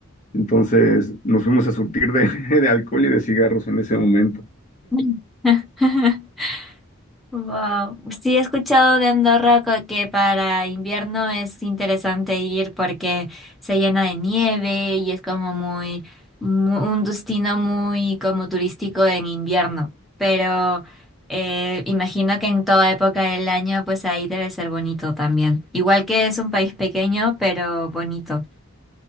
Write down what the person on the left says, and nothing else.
Entonces nos fuimos a surtir de, <laughs> de alcohol y de cigarros en ese momento.